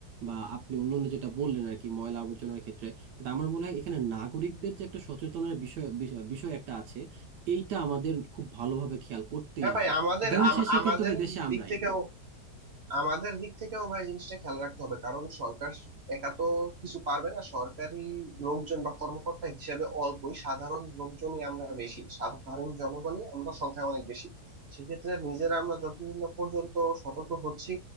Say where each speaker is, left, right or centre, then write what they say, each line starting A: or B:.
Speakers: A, on the right; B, on the right.
A: বা আপনি অন্যান্য যেটা বললেন আর কি ময়লা আবর্জনার ক্ষেত্রে বাট আমার মনে হয় এখানে নাগরিকদের যে একটা সচেতনের বিষয় বিষয় বিষয় একটা আছে এইটা আমাদের খুব ভালোভাবে খেয়াল করতেই
B: হ্যাঁ
A: হবে
B: ভাই আমাদের
A: দিন
B: আম-
A: শেষে
B: আমাদের
A: কিন্তু ভাই দেশে আমরাই
B: দিক থেকেও আমাদের দিক থেকেও ভাই জিনিসটা খেয়াল রাখতে হবে কারণ সরকার একা তো কিছু পারবে না সরকারি লোকজন বা কর্মকর্তা হিসেবে অল্পই সাধারণ লোকজনই আমরা বেশি সাধারণ জনগণই আমরা সংখ্যায় অনেক বেশি সেক্ষেত্রে নিজেরা আমরা যতদিন না পর্যন্ত সতর্ক হচ্ছি